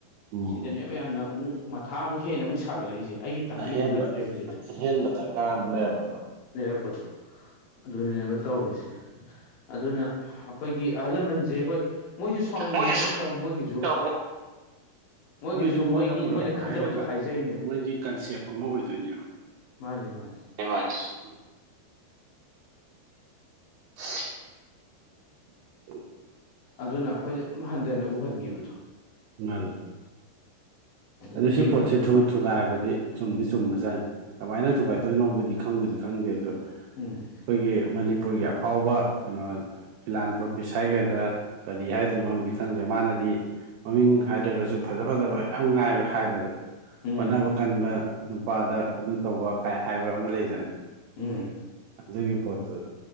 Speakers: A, on the right (about 80°); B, on the left (about 65°).
A: ꯎꯝ
B: ꯁꯤꯗꯅꯦꯕ ꯌꯥꯝꯅ ꯑꯃꯨꯛ ꯃꯊꯥ ꯑꯃꯨꯛ ꯍꯦꯟꯅ ꯑꯃꯨꯛ ꯁꯥꯒꯠꯂꯛꯏꯁꯦ ꯑꯩꯒꯤ ꯇꯪꯒꯤ
A: ꯑꯍꯦꯟꯕ
B: ꯑꯃꯨꯛ ꯅꯠꯇ꯭ꯔꯦꯕ ꯁꯤꯗ
A: ꯑꯍꯦꯟꯕ ꯗꯔꯀꯥꯔ ꯑꯃꯨꯛ ꯂꯩꯔꯛꯄꯗꯣ꯫
B: ꯂꯩꯔꯛꯄꯗꯣ ꯑꯗꯨꯅꯤꯅꯦꯕ ꯇꯧꯔꯤꯁꯦ꯫ ꯑꯗꯨꯅ ꯑꯈꯣꯏꯒꯤ ꯑꯍꯜ ꯂꯃꯟꯁꯦ ꯍꯣꯏ ꯃꯣꯏꯁꯨꯦ ꯁꯥꯎꯅꯤꯡꯉꯦ
A: ꯃꯣꯏꯁꯨ
B: ꯍꯥꯏꯕ ꯅꯠꯇ꯭ꯔꯕ ꯃꯣꯏꯒꯤꯁꯨ
A: <unintelligible>
B: ꯃꯣꯏꯒꯤꯁꯨ
A: ꯃꯣꯏꯁꯨ
B: ꯃꯣꯏꯒꯤ
A: ꯃꯣꯏꯅ ꯎꯔꯛꯄ
B: ꯈꯟꯖꯕꯗꯣ
A: ꯍꯥꯏꯒꯗ꯭ꯔꯥ
B: ꯍꯥꯏꯖꯔꯤꯅꯦꯕ
A: ꯃꯣꯏꯒꯤ ꯀꯟꯁꯦꯞ ꯑꯃ ꯑꯣꯏꯗꯣꯏꯅꯦꯕ
B: ꯃꯥꯅꯤ ꯃꯥꯅꯤ
A: <inaudible> <inaudible> <unintelligible>
B: ꯑꯗꯨꯅ ꯑꯩꯈꯣꯏꯗ ꯑꯗꯨꯝ ꯍꯟꯗꯅ ꯎꯍꯟꯒꯤꯕꯗꯣ
A: ꯃꯥꯅꯦ ꯑꯗꯨ
B: ꯃꯤ
A: ꯁꯤ
B: ꯑꯃꯗꯤ
A: ꯄꯣꯠꯁꯦ
B: ꯑꯗꯨꯃꯥꯏ
A: ꯊꯨꯊꯨꯒꯥꯏꯕꯗꯤ ꯆꯨꯝꯗꯤ ꯆꯨꯝꯕꯖꯠꯅꯤ ꯀꯃꯥꯏꯅ ꯊꯨꯒꯥꯏꯗꯣꯏꯅꯣꯕꯨꯗꯤ ꯈꯪꯕꯗꯤ ꯈꯪꯗꯦ ꯑꯗꯣ
B: ꯎꯝ
A: ꯑꯩꯈꯣꯏꯒꯤ ꯃꯅꯤꯄꯨꯔꯒꯤ ꯑꯐꯥꯎꯕ ꯀꯩꯅꯣ ꯐꯤꯂꯥꯟ ꯇ꯭ꯔꯣꯄꯤꯁ ꯍꯥꯏꯒꯗ꯭ꯔꯥ ꯀꯔꯤ ꯍꯥꯏꯗꯣꯏꯅꯣꯗꯤ ꯈꯪꯗ꯭ꯔꯦ ꯃꯥꯅꯗꯤ ꯃꯃꯤꯡ ꯍꯥꯏꯗ꯭ꯔꯒꯁꯨ ꯐꯖ ꯐꯖꯕ ꯌꯥꯝ ꯉꯥꯏꯕ ꯍꯥꯏꯕꯗ
B: ꯎꯝ
A: ꯍꯣꯠꯅꯕ ꯀꯟꯕ ꯅꯨꯄꯥꯗ ꯑꯗꯨ ꯇꯧꯕ ꯀꯥꯏ ꯍꯥꯏꯕ ꯑꯃ ꯂꯩꯗꯅ
B: ꯎꯝ
A: ꯑꯗꯨꯒꯤ ꯄꯣꯠꯇꯨ